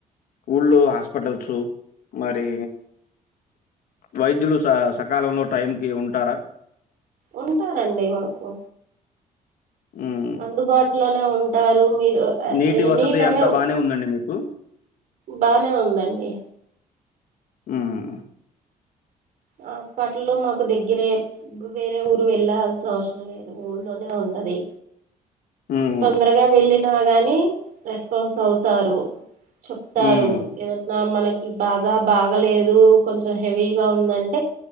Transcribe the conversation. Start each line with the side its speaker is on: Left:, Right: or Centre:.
Left: ఊళ్ళు హాస్పిటల్స్ మరి వైద్యులు సకాలంలో టైంకిి ఉంటారా
Right: ఉంటారండి మాకు
Left: మ్మ్
Right: అందుబాటులోనే ఉంటారు మీరు
Left: నీటి
Right: ఎనీ
Left: వసతి
Right: టైం
Left: అంతా బానే ఉందండి మీకు?
Right: బానే ఉందండి
Left: మ్మ్
Right: హాస్పిటల్లో మాకు దగ్గరే వేరే ఊరు వెళ్ళల్సిన అవసరం లేదు ఊళ్లోనే ఉంట అది
Left: హ్మ్.
Right: తొందరగా వెళ్ళినా గానీ రెస్పాన్స్ అవుతారు చెప్తారు
Left: హ్మ్.
Right: ఏదైనా మనకి బాగా బాగలేదు కొంచెం హెవీగా ఉందం టే